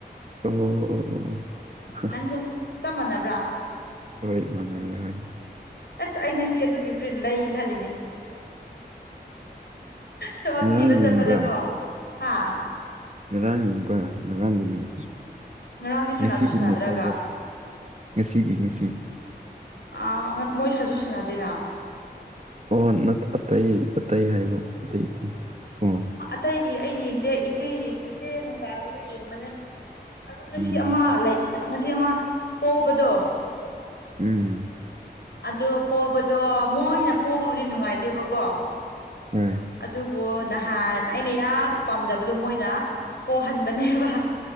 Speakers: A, on the right; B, on the left.
A: ꯑꯣ꯫ ꯑꯣ ꯑꯣ
B: ꯅꯪꯁꯨ ꯆꯞ ꯃꯥꯟꯅꯕ꯭ꯔꯥ꯫
A: ꯍꯣꯏ ꯃꯅꯩ ꯍꯣꯏ꯫
B: ꯑꯁ ꯑꯩ ꯉꯁꯤ ꯑꯗꯨꯒꯤ ꯐꯨꯔꯤꯠ ꯂꯩ ꯈꯜꯂꯤꯅꯦ꯫ ꯊꯕꯛ
A: ꯉꯔꯥꯡ
B: ꯊꯤꯕ ꯆꯠꯄꯗꯀꯣ
A: ꯌꯦꯡꯕ꯭ꯔꯥ
B: ꯍꯥ꯫
A: ꯉꯔꯥꯡ ꯌꯦꯡꯕ ꯉꯔꯥꯡꯒꯤ ꯅꯦꯠ
B: ꯉꯔꯥꯡꯗꯤ
A: ꯉꯁꯤꯒꯤ
B: ꯁꯅꯥꯁꯨ ꯁꯥꯟꯅꯗ꯭ꯔꯒ
A: ꯅꯦꯠ ꯍꯥꯏꯕ꯫ ꯉꯁꯤꯒꯤ ꯉꯁꯤꯒꯤ꯫
B: ꯑ ꯃꯣꯏ ꯁꯥꯖꯨ ꯁꯅꯗꯦꯅ꯫
A: ꯑꯣ ꯅ ꯑꯇꯩ ꯑꯇꯩ ꯍꯥꯏꯕ ꯑꯇꯩꯗꯤ ꯑꯣ
B: ꯏꯇꯩꯒꯤ ꯑꯩ ꯌꯦꯡꯗꯦ ꯏꯆꯦꯒꯤ ꯏꯆꯦ ꯅꯨꯡꯗꯥꯡꯒꯤꯁꯨ ꯌꯦꯡꯕꯅꯦ꯫ ꯑꯗꯣ ꯉꯁꯤ
A: ꯎꯝ
B: ꯑꯃ ꯂꯩ ꯉꯁꯤ ꯑꯃ ꯄꯣꯕꯗꯣ꯫
A: ꯎꯝ꯫
B: ꯑꯣ ꯄꯣꯕꯗꯣ ꯃꯣꯏꯅ ꯄꯣꯕꯕꯨꯗꯤ ꯅꯨꯡꯉꯥꯏꯇꯦꯕꯀꯣ꯫
A: ꯎꯝ꫰꫰
B: ꯑꯗꯨꯕꯨ ꯅꯍꯥꯟ ꯑꯩꯅ ꯌꯥꯝ ꯄꯥꯝꯖꯕꯗꯣ ꯃꯣꯏꯅ꯫ ꯄꯣꯛꯍꯟꯕꯅꯦꯕ꯫